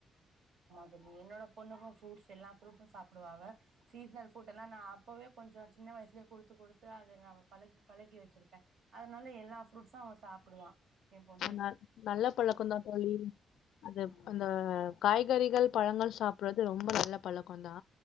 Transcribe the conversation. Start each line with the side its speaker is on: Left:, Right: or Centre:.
Right: ல்ல என்னோட பொண்ணுக்கும் ஃரூட்ஸ் எல்லாம் ரூட்ம் சாப்பிடுவா சீசனல் ஃரூட் எல்லாம் நா அப்பவே கொஞ்ச சின்ன வயசுலயே கொத்து கொடுத்து அது ந பழகி பழகி வச்சிருக்கன் அதனால எல்லா ஃப்ரூட்ஸும் அவ சாப்ப புடுவா எ பொன்னு
Left: நல் நல்ல பழக்கதா தோழி அது
Right: ம்
Left: அந்த காய்கறிகள் பழங்கள் சாப்ப அப்புறது ரொம்ப நல்ல பழக்கம் தா